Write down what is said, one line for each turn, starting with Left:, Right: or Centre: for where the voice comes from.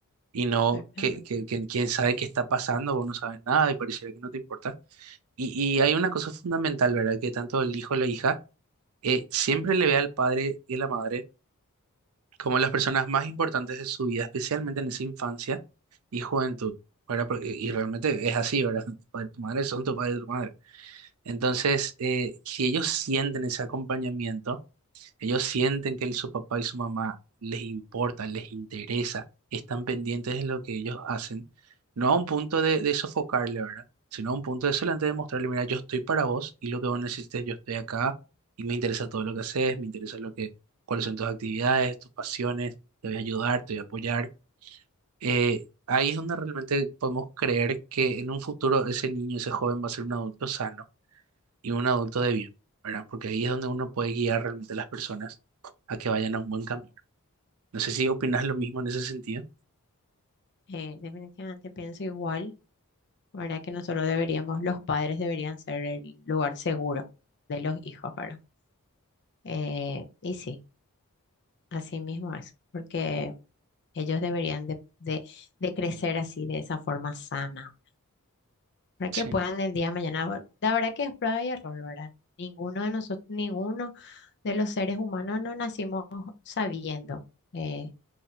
Right: y no
Left: exactamente.
Right: que, que, que quién sabe qué está pasando, vos no sabes nada y pareciera que no te importa. Y, y hay una cosa fundamental, ¿verdad? Que tanto el hijo o la hija eh, siempre le ve al padre y a la madre como las personas más importantes de su vida, especialmente en esa infancia y juventud, ¿verdad? Porque- y realmente es así, ¿verdad? <laughs> Tu padre y tu madre son tu padre y tu madre. Entonces, eh, si ellos sienten ese acompañamiento, ellos sienten que el- su papá y su mamá les importa, les interesa, están pendientes de lo que ellos hacen, no a un punto de, de sofocarle, ¿verdad? Sino a un punto de solamente demostrarle, mira, yo estoy para vos y lo que vos necesites, yo estoy acá y me interesa todo lo que haces, me interesa lo que, cuáles son tus actividades, tus pasiones, te voy a ayudar, te voy a apoyar. Eh, ahí es donde realmente podemos creer que en un futuro ese niño, ese joven va a ser un adulto sano y un adulto de bien, ¿verdad? Porque ahí es donde uno puede guiar realmente a las personas a que vayan a un buen camino. No sé si opinas lo mismo en ese sentido.
Left: Eh, definitivamente pienso igual, ¿verdad? Que nosotros deberíamos, los padres deberían ser el lugar seguro de los hijos, ¿verdad? Eh, y sí, así mismo es, porque ellos deberían de, de de crecer así, de esa forma sana. para que
Right: Sí.
Left: puedan el día de mañana. La verdad que es prueba y error, ¿verdad? Ninguno de nosotros, ninguno de los seres humanos no nacimos sabiendo, eh,